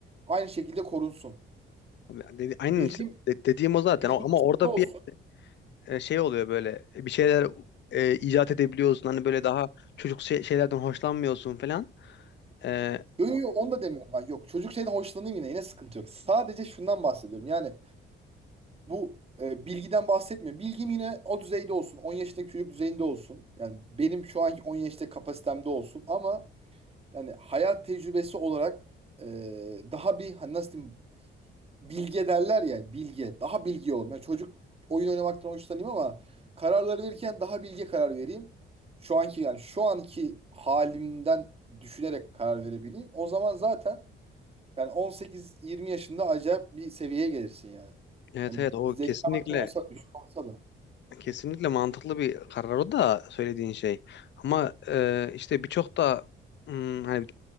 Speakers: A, on the right (about 30°); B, on the left (about 65°).
A: aynı şekilde korunsun.
B: Abi dedi- Aynen
A: Bilgim,
B: işte de- dediğim o zaten
A: bilgim
B: O- ama
A: kısıtlı
B: orada
A: olsun.
B: bir e, şey oluyor böyle bir şeyler e, icat edebiliyorsun hani böyle daha çocuk şey- şeylerden hoşlanmıyorsun falan. E,
A: Yok yok yok, onu da demiyorum. Ben. Yok çocuk şeyden hoşlanayım yine. Yine sıkıntı yok. Sadece şundan bahsediyorum. Yani bu e, bilgiden bahsetmiyorum. Bilgim yine o düzeyde olsun. 10 yaşındaki çocuk düzeyinde olsun. Yani benim şu anki 10 yaşta kapasitemde olsun. Ama yani hayat tecrübesi olarak e, daha bir hani nasıl diyeyim bilge derler ya bilge. Daha bilgi olayım. Yani çocuk oyun oynamaktan hoşlanayım ama kararları verirken daha bilge karar vereyim. Şu anki yani şu anki halimden düşünerek karar verebileyim. O zaman zaten yani 18-20 yaşında acayip bir seviyeye gelirsin yani.
B: Evet
A: Yani
B: evet o
A: zekaman
B: kesinlikle
A: ne olsa, düşük olsa da.
B: Kesinlikle mantıklı bir karar o da söylediğin şey. Ama e, işte birçok da hmm, hani